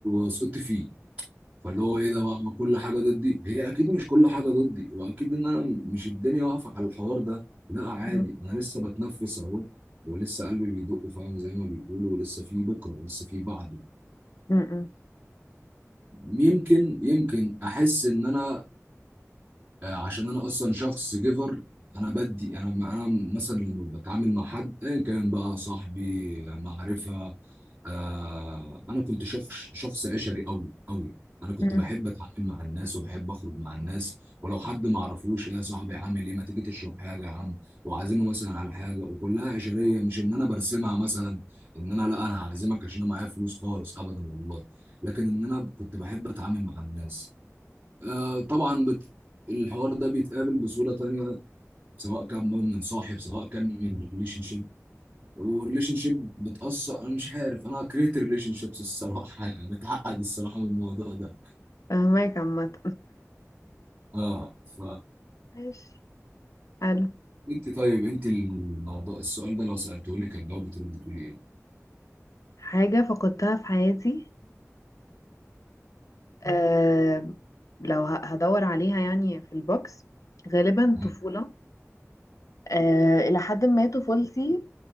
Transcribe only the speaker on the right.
وسقطت فيه فاللي هو ايه ده بقى ما كل حاجه ضدي هي اكيد مش كل حاجه ضدي واكيد ان انا مش الدنيا واقفه على الحوار ده لا عادي
انا لسه بتنفس اهو ولسه قلبي بيدق فاهم زي ما بيقولوا ولسه في بكره ولسه في بعده
يمكن يمكن احس ان انا آه، عشان انا اصلا شخص جيفر انا بدي انا انا مثلا لما بتعامل مع حد ايا كان بقى صاحبي معرفه آه انا كنت شخص شخص عشري قوي قوي انا كنت
بحب اتعامل مع الناس وبحب اخرج مع الناس ولو حد ما اعرفوش ايه يا صاحبي عامل ايه ما تيجي تشرب حاجه يا عم واعزمه مثلا على حاجه وكلها عشريه مش ان انا برسمها مثلا ان انا لا انا هعزمك عشان انا معايا فلوس خالص ابدا والله لكن ان انا كنت بحب اتعامل مع الناس آه طبعا بت... الحوار ده بيتقابل بصورة تانية سواء كان بقى من صاحب سواء كان من ريليشن شيب والريليشن شيب بتأثر أنا مش عارف أنا كرهت الريليشن شيبس الصراحة <laughs> يعني متعقد الصراحة من الموضوع ده
اه ف
انت طيب انت الموضوع السؤال ده لو سألته لك كان جاوبت ترد تقولي ايه؟
مم.